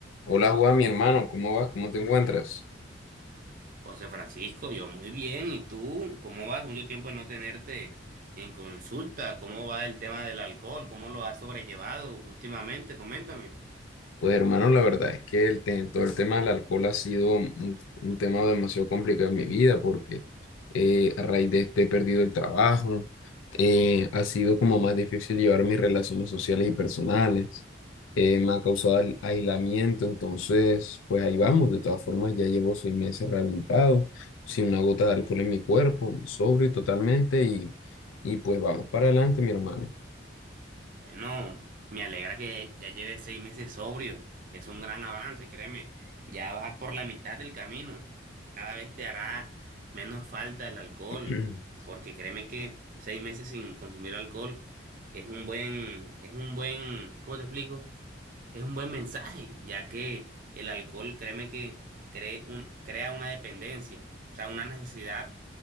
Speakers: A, on the left (about 85°); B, on the right (about 45°).
A: Hola Juan, mi hermano, ¿cómo vas? ¿Cómo te encuentras?
B: José Francisco, yo muy bien. ¿Y tú? ¿Cómo vas? Mucho tiempo de no tenerte en consulta. ¿Cómo va el tema del alcohol? ¿Cómo lo has sobrellevado últimamente? Coméntame.
A: Pues hermano, la verdad es que el te- todo el tema del alcohol ha sido un, un tema demasiado complicado en mi vida porque eh, a raíz de este he perdido el trabajo, eh, ha sido como más difícil llevar mis relaciones sociales y personales, eh, me ha causado al- aislamiento, entonces pues ahí vamos, de todas formas ya llevo seis meses rehabilitado, sin una gota de alcohol en mi cuerpo, sobrio totalmente y, y pues vamos para adelante, mi hermano.
B: Bueno, me alegra que ya lleves seis meses sobrio. Es un gran avance, créeme. Ya vas por la mitad del camino. Cada vez te hará menos falta el alcohol,
A: <clears throat>
B: porque créeme que seis meses sin consumir alcohol es un buen, es un buen, ¿cómo te explico? Es un buen mensaje, ya que el alcohol, créeme que cree un- crea una dependencia, o sea, una necesidad